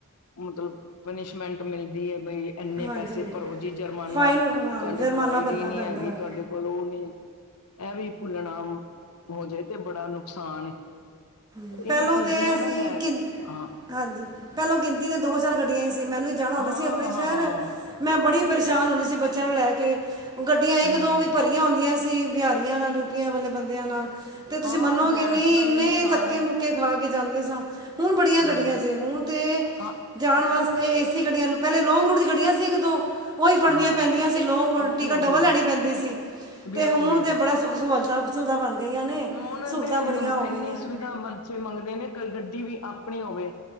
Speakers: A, on the left; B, on the right.
A: ਮਤਲਬ ਪਨਿਸ਼ਮੈਂਟ ਮਿਲਦੀ ਹੈ ਬਈ ਇੰਨੇ
B: ਹਾਂਜੀ
A: ਪੈਸੇ ਭਰੋ ਜੀ ਜੁਰਮਾਨਾ।
B: ਫਾਈਨ ਹਾਂ
A: ਤੁਹਾਡੇ
B: ਜੁਰਮਾਨਾ
A: ਕੋਲ ਆਈ
B: ਭਰਨਾ
A: ਡੀ ਨਹੀਂ
B: ਪੈਂਦਾ
A: ਹੈਗੀ, ਤੁਹਾਡੇ ਕੋਲ ਲ ਉਹ ਨਹੀਂ ਇਹ ਵੀ ਭੁੱਲਣਾ ਹੋ ਜਾਏ ਤੇ ਬੜਾ ਨੁਕਸਾਨ ਏ।
B: ਹੂੰ, ਪਹਿਲੋਂ
A: ਇਹ ਚੀਜ਼
B: ਤੇ
A: ਨੂੰ
B: ਅਸੀਂ
A: ਨਾ ਲੈ
B: ਗਿਣ
A: ਹਾਂ
B: ਹਾਂਜੀ। ਪਹਿਲਾਂ ਗਿਣਤੀ ਦੇ ਦੋ-ਚਾਰ ਗੱਡੀਆਂ ਹੀ ਸੀ, ਮੈਨੂੰ ਹੀ ਜਾਣਾ ਹੁੰਦਾ
A: ਹਾਂ
B: ਸੀ ਆਪਣੇ
A: ਹਾਂ
B: ਸ਼ਹਿਰ ਮੈਂ ਬੜੀ ਪਰੇਸ਼ਾਨ ਹੁੰਦੀ ਸੀ ਬੱਚਿਆਂ ਨੂੰ ਲੈ ਕੇ, ਗੱਡੀਆਂ ਇੱਕ
A: ਹਮ
B: ਦੋ ਵੀ ਭਰੀਆਂ ਹੁੰਦੀਆਂ ਸੀ ਬਿਹਾਰੀਆਂ ਨਾਲ ਰੂਪੀਆਂ ਵਾਲੇ ਬੰਦਿਆਂ ਨਾਲ ਤੇ ਤੁਸੀਂ
A: ਹਾਂ
B: ਮੰਨੋਗੇ
A: ਜੈਂਟਸ
B: ਨਹੀਂ
A: ਦਾ
B: ਇੰਨੇ
A: ਵੀ ਨੁਕਸਾਨ
B: ਤ ਧੱਕੇ ਖਾ ਕੇ ਜਾਂਦੇ ਸਾਂ, ਹੁਣ ਬੜੀਆਂ ਗੱਡੀਆਂ
A: ਬੜਾ
B: ਜੇ ਹੁਣ ਤੇ
A: ਹਾਂ
B: ਜਾਣ ਵਾਸਤੇ ਏਸੀ ਗੱਡੀਆਂ ਪਹਿਲੇ ਲੌਂਗ ਰੂਟ ਦੀ ਗੱਡੀਆਂ ਸੀ ਇੱਕ ਦੋ ਉ ਹੀ ਫੜਨੀਆਂ
A: ਹਾਂ
B: ਪੈਂਦੀਆਂ ਸੀ ਲੌਂਗ ਰੂਟ
A: ਉਹੀ
B: ਟਿਕਟ
A: ਉਹੀ
B: ਡਬਲ ਲੈਣੀ ਪੈਂਦੀ ਸੀ ਅਤੇ
A: ਬਿਲਕੁਲ
B: ਹੁਣ ਤਾਂ ਬੜਾ ਸੁੱਖ ਸਹੁਲਤਾਂ ਸੁਵਿਧਾ ਬਣ ਗਈਆਂ ਨੇ
A: ਹੁਣ
B: ਸਹੂਲਤਾਂ
A: ਤੇ
B: ਬੜੀਆਂ ਹੋ
A: ਇੰਨੀ
B: ਗਈਆਂ
A: ਸੁਵਿਧਾ ਬਣ ੇਬਚੇ ਮੰਗਦੇ ਨੇ ਗੱਡੀ ਵੀ ਆਪਣੀ ਹੋਵੇ,